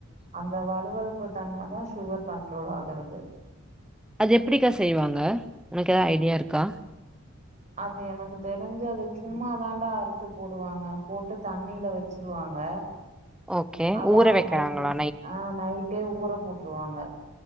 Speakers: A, on the right; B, in the centre.
A: அந்த வலுவலுப்பு தன்ம தா சுகர் கண்ட்ரோல் ஆகுறது
B: அது எப்டிக்கா செய்வாங்க ஒனக்கு ஏதாவது ஐடியா இருக்கா
A: அது எனக்கு தெரிஞ்சு அது சும்மா தாண்டா அறுத்து போடுவாங்க போட்டு தண்ணில வச்சிருவாங்க
B: ஓகே
A: அதான்
B: ஊற வெக்கிறாங்களா
A: நைட்டு ஆ நைட்டே ஊற போட்டுருவாங்க